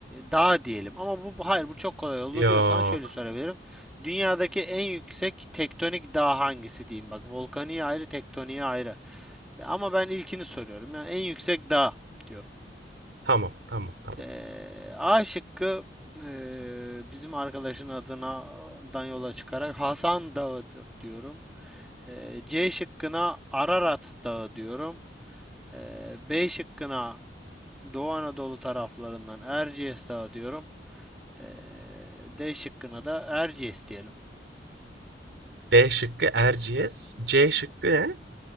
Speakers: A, in the centre; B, on the right.
A: dağ diyelim. Ama bu bu- hayır bu çok kolay oldu
B: Yok.
A: diyorsan şöyle sorabilirim. Dünyadaki en yüksek tektonik dağ hangisi diyeyim bak. Volkaniği ayrı, tektoniği ayrı. E, ama ben ilkini soruyorum. Yani en yüksek dağ diyorum.
B: Tamam, tamam, tamam.
A: Ee, A şıkkı ee, bizim arkadaşın adından yola çıkarak Hasan Dağı diyorum. Ee, C şıkkına Ararat Dağı diyorum. Ee, B şıkkına Doğu Anadolu taraflarından Erciyes Dağı diyorum. Ee, D şıkkına da Erciyes diyelim.
B: B şıkkı Erciyes, C şıkkı ne?